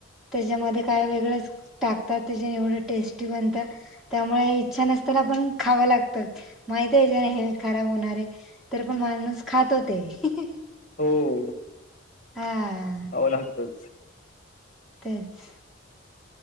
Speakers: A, in the centre; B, on the left (about 40°).
A: त्याच्यामध्ये काय वेगळंच टाकतात त्याच्या एवढ टेस्टी बनतात त्यामुळे छान असताना आपण खाव लागतं माहित हेल्थ खराब होणारे तर पण माणूस ख <unintelligible>
B: <unintelligible>
A: हा
B: खाव लागतच.
A: तेच.